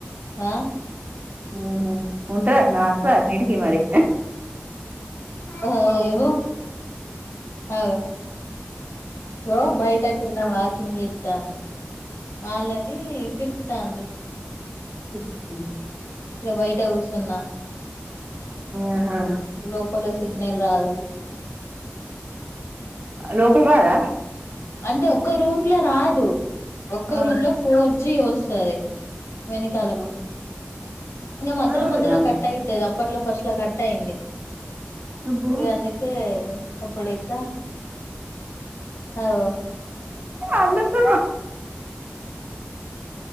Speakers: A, on the left; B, on the right.
A: ఆ
B: మ్ హు ఉంటదట్నా వస్తదట్నా ఇడికిమరి.
A: ఆ ఏమొ అగో లో బయట కింద వాకింగ్ చే తాండు వాళ్ళని పిలుస్ త్తాండి.
B: ఉహు
A: ఈడ బయట కూర్చున్న
B: ఆహా
A: లోపల సి సిగ్నల్ రాదు.
B: లోపల రాదా
A: అంటే ఒక్క రూమ్ లరాదు ఒక్క
B: ఆ
A: రూమ్ ల ఫోన్ ఇచ్చి వస్తది. వెనకాలకు
B: ఆహా
A: ఇంక మధ్యలో
B: అవునా
A: మధ్యలో కట్ అయితుది అప్పట్లో ఫస్ట్ లో కట్ అయింది.
B: అబ్బో
A: ఇగ అందుకే అప్పుడికా ఓ
B: అన్నంత